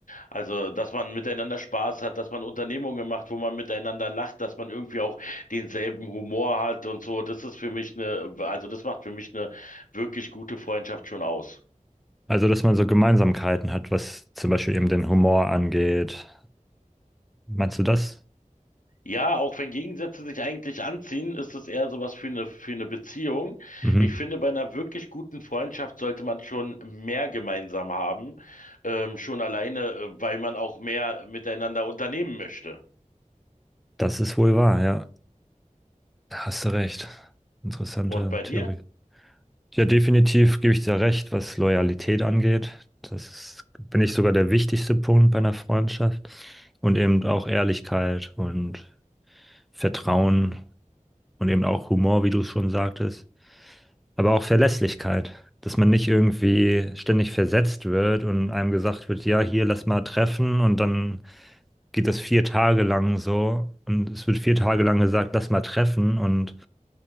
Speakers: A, on the left; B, in the centre.
A: Also, dass man miteinander Spaß hat, dass man Unternehmungen macht, wo man miteinander lacht, dass man irgendwie auch denselben Humor hat und so, das ist für mich eine, also das macht für mich eine wirklich gute Freundschaft schon aus.
B: Also, dass man so Gemeinsamkeiten hat, was zum Beispiel eben den Humor angeht. Meinst du das?
A: Ja, auch wenn Gegensätze sich eigentlich anziehen, ist es eher sowas für eine, für eine Beziehung.
B: Mhm.
A: Ich finde, bei einer wirklich guten Freundschaft sollte man schon mehr gemeinsam haben, ähm, schon alleine, äh, weil man auch mehr miteinander unternehmen möchte.
B: Das ist wohl wahr, ja. Da hast du recht. Interessante
A: Und bei
B: Theorie.
A: dir?
B: Ja, definitiv gebe ich dir recht, was Loyalität angeht. Das ist, bin ich sogar der wichtigste Punkt bei einer Freundschaft. Und eben auch Ehrlichkeit und Vertrauen und eben auch Humor, wie du es schon sagtest. Aber auch Verlässlichkeit, dass man nicht irgendwie ständig versetzt wird und einem gesagt wird, ja, hier lass mal treffen und dann geht das vier Tage lang so und es wird vier Tage lang gesagt, lass mal treffen und